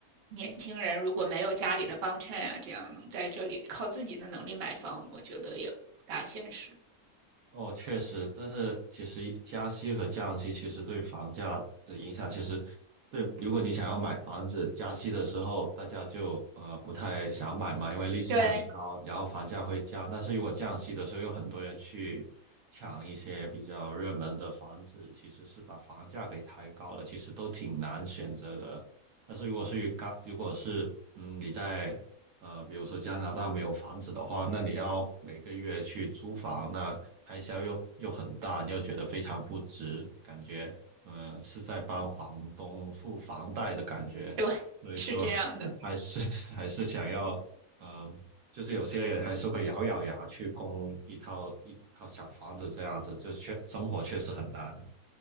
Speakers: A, on the right; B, on the right.
A: 年轻人如果没有家里的帮衬啊，这样能在这里靠自己的能力买房，我觉得也不大现实。<laughs>
B: 哦，确实，但是其实加息和降息其实对房价的影响，其实对，如果你想要买房子，加息的时候大家就呃不太想买嘛，因为利息很高，
A: 对
B: 然后房价会降。但是如果降息的时候，有很多人去抢一些比较热门的房子，其实是把房价给抬高了，其实都挺难选择的。但是如果是高，如果是嗯你在呃，比如说加拿大没有房子的话，那你要每个月去租房，那开销又又很大，你又觉得非常不值，感觉嗯、呃是在帮房东付房贷的感觉，
A: 对，
B: 所以说
A: 是这样的。
B: 还是 <laughs> 还是想要呃，就是有些人还是会咬咬牙去供一套一套小房子这样子，就确生活确实很难。